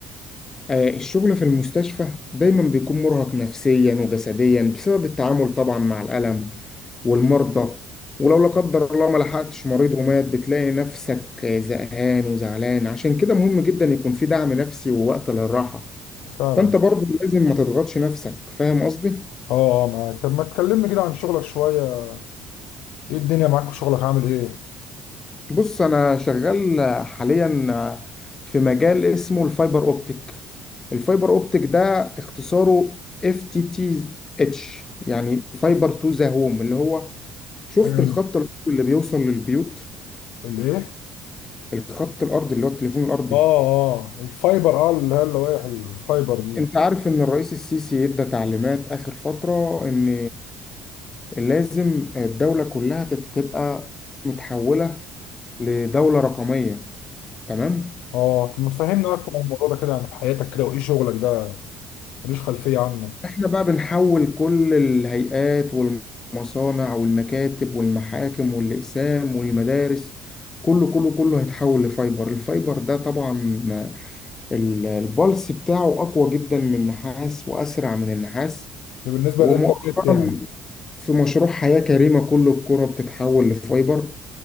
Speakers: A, on the left; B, on the left.
A: آه، الشغل في المستشفى دايما بيكون مرهق نفسيا وجسديا بسبب التعامل طبعا مع الألم والمرضى ولو لا قدر الله ما لحقتش مريض ومات بتلاقي نفسك آه، زهقان وزعلان عشان كده مهم جدا يكون في دعم نفسي ووقت للراحة
B: فعلا
A: فأنت برضه لازم ما تضغطش نفسك فاهم قصدي؟
B: اه اه معاك طب ما تكلمني كده عن شغلك شويه ايه الدنيا معاك في شغلك عامل ايه
A: بص انا شغال حاليا في مجال اسمه الفايبر اوبتيك الفايبر اوبتيك ده اختصاره اف تي تي اتش يعني فايبر تو ذا هوم اللي هو شفت
B: حاجه من
A: الخط الأرضي اللي بيوصل للبيوت
B: الايه
A: الخط الارضي اللي هو التليفون الارضي
B: اه اه الفايبر اه اللي هي اللوائح الفايبر دي
A: انت عارف ان الرئيس السيسي ادى تعليمات اخر فترة ان لازم الدولة كلها تبقى متحولة لدولة رقمية تمام
B: اه طب ما تفهمنا اكتر عن الموضوع ده كده يعني في حياتك كده وايه شغلك ده ماليش خلفيه عنه
A: احنا بقى بنحول كل الهيئات والمصانع والمكاتب والمحاكم والأقسام والمدارس كله كله كله هيتحول لفايبر الفايبر ده طبعا ال- البلس بتاعه أقوى جدا من النحاس وأسرع من النحاس
B: ده بالنسبه
A: ومؤخرا
B: للانترنت يعني
A: في مشروع حياة كريمة كل القرى بتتحول لفايبر